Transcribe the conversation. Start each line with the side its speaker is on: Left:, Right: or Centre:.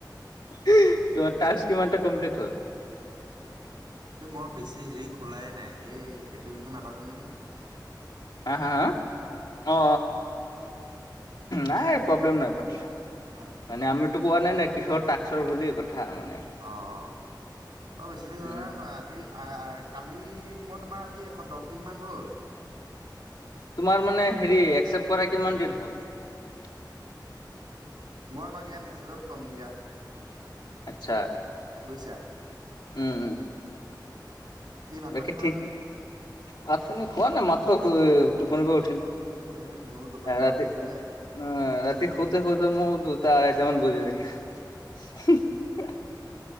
Left: তোমাৰ টাস্ক কিমানটা কমপ্লিট হ'ল?
Right: এ মই বেছি হেৰি খোলাই নাই। এই এইটো বিষয় নাপাতো নেকি।
Left: হা। হা। হা। অ। অ।
Right: <inaudible>
Left: নাই। প্ৰব্লেম নাই পাতিলে।
Right: হা
Left: মানে আমি টো কোৱা নাই না। কিহৰ টাস্কৰ বুলি কথা মানে
Right: অ। অ। অ' বেছি দিন
Left: উম
Right: হোৱা নাই <unintelligible> আজি এ এ কালি মই তোমাৰ আজি এশ দছদিনমান হ'ল।
Left: তোমাৰ মানে হেৰি একচেপ্ট কৰা কিমান দিন হ'ল? <inaudible>
Right: মোৰ মা এয়া মেছেজত ক'ম দিয়া।
Left: আচ্ছা।
Right: বুজিছা?
Left: উম উম
Right: ভাত
Left: বাকী
Right: পানী খালানে
Left: ঠিক,
Right: নাই
Left: ভাত পানী খোৱা নাই। মাত্ৰ টোপনিৰ পৰা উঠিলো।
Right: এ ময়ো টোপনিৰ
Left: এ
Right: পৰা
Left: ৰাতি
Right: উঠিছোহে
Left: উ ৰাতি শুতে- শুতে মোৰ দুটা -আঢ়াইটামান বাজি যায়। <unintelligible>